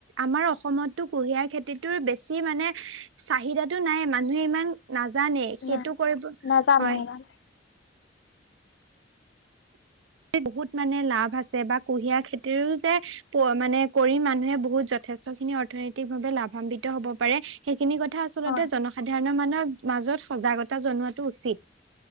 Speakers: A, on the right; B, on the left.
A: আমাৰ অসমতো কুঁহিয়াৰ খেতিটোৰ বেছি মানে চাহিদাটো নাই মানুহে ইমান নাজানে সেইটো
B: নাই
A: কৰিব,
B: নাজানে
A: হয়।
B: নাজানে
A: বহুত মানে লাভ আছে বা কুঁহিয়াৰ খেতিও যে মানে কৰি মানুহে বহুত যথেষ্ট খিনি অৰ্থনৈতিক ভাৱে লাভান্বিত হ'ব পাৰে। সেইখিনি কথা আচলতে
B: হয়
A: জনসাধাৰণৰ মানৰ মাজত সজাগতা জনোৱাতটো উচিত।